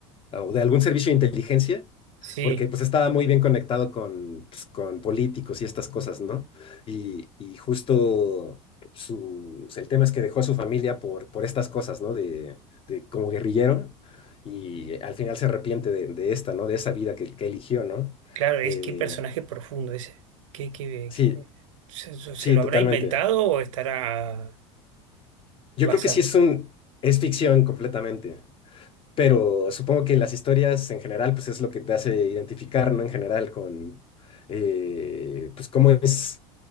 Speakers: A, on the left; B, on the right.
A: ah, o de algún servicio de inteligencia,
B: sí,
A: porque pues estaba muy bien conectado con, pues, con políticos y estas cosas, ¿no? Y, y justo su, pues, el tema es que dejó a su familia por, por estas cosas, ¿no? De, de como guerrillero y al final se arrepiente de, de esta, ¿no? De esa vida que, que eligió, ¿no?
B: claro, es
A: Eh,
B: que personaje profundo ese. ¿Qué, qué-
A: sí,
B: qué- se, se
A: sí,
B: lo
A: totalmente.
B: habrá inventado o estará
A: Yo
B: basado?
A: creo que sí es un, es ficción completamente. Pero supongo que las historias en general, pues es lo que te hace identificar, ¿no? En general con, eh, pues cómo es,